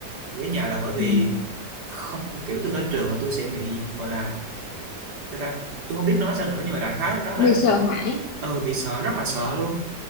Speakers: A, on the right; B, on the left.
A: nghỉ ở nhà là bởi vì
B: ừ.
A: không kiểu tôi lên trường là tôi sẽ bị gọi là người ta tôi không biết nói sao nữa nhưng mà đại khái lúc đó là
B: Bị sợ hãi.
A: ờ bị sợ rất là sợ luôn